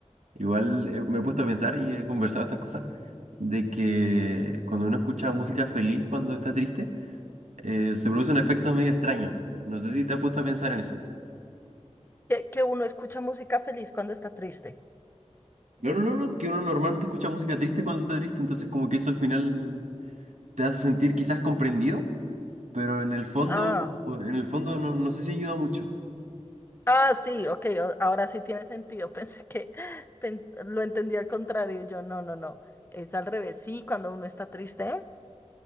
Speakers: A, on the right; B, on the left.
A: Igual eh, me he puesto a pensar y he conversado estas cosas de que cuando uno escucha música feliz cuando está triste, eh, se produce un efecto medio extraño. No sé si te has puesto a pensar en eso.
B: Que, que uno escucha música feliz cuando está triste.
A: No, no, no, no, que uno normalmente escucha música triste cuando está triste, entonces como que eso al final te hace sentir quizás comprendido, pero en el fondo,
B: Ah,
A: en el fondo no, no sé si ayuda mucho.
B: ah, sí, ok, o- ahora sí tiene sentido. <laughs> Pensé que pens- lo entendí al contrario. Yo, no, no, no, es al revés. Sí, cuando uno está triste,